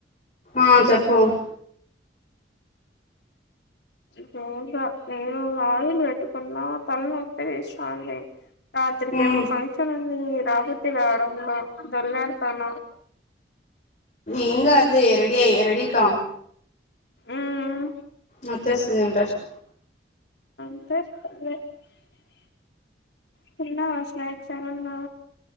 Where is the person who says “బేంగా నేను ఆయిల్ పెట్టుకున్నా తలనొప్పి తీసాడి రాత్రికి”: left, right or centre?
Left